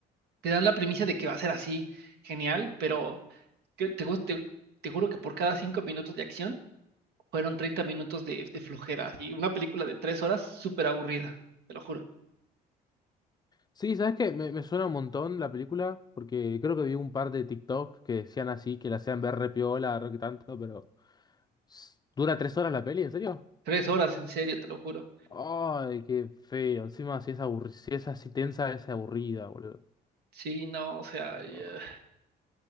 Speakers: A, on the right (about 75°); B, on the left (about 25°).
A: te dan la premisa de que va a ser así genial, pero que te, gus- te, te juro que por cada cinco minutos de acción fueron 30 minutos de, de flojera, y Una película de tres horas súper aburrida, te lo juro.
B: Sí, ¿sabes qué? Me, me suena un montón la película, porque creo que vi un par de TikTok que decían así, que la hacían ver re piola, re que tanto, pero... s- ¿Dura tres horas la peli? ¿En serio?
A: Tres horas, en serio, te lo juro.
B: Ay, qué feo. Encima, si es aburri- si es así tensa, es aburrida, boludo.
A: Sí, no, o sea,
B: No.
A: eh,